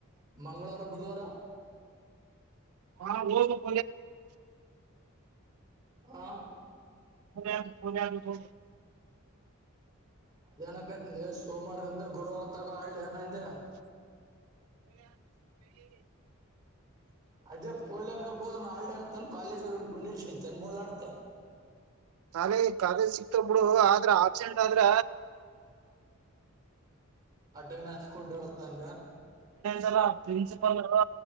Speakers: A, on the right; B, on the right.
A: ಮಂಗಳವಾರ ಬುಧವಾರ
B: ಹಾ ಬಲತ
A: ಹಾ
B: ಹೊದದು ಹೊದದುಬ
A: ಅದೇನಕೈತಿ ಸೋಮವಾರಂದ ಗುರುವಾರ ತಗ ಆಾೆ ಂತ ಅದೇ ಒಲ್ಲಾಗ ದ ನಾಡ ಅರ್ತ ಕಾಲೇಜ್ಂದು ಪುಂಡೇಶ ಶಂಚನ್ ಬೋಲಡ್ತ
B: ನಾಲೆ ಕಾಲೇಜ್ ಸಿಕ್ತ್ ಬಿಿಡು ಆದ್ರ ಆಪ್ಸೆಂಟ್ ಆದ್ರ
A: ಅಡ್ಡಣ ಹಸ್ಕೊಂಡಾಡತಂದ
B: ಸ ಪ್ರಿನ್ಸಿಪಲ್ ನ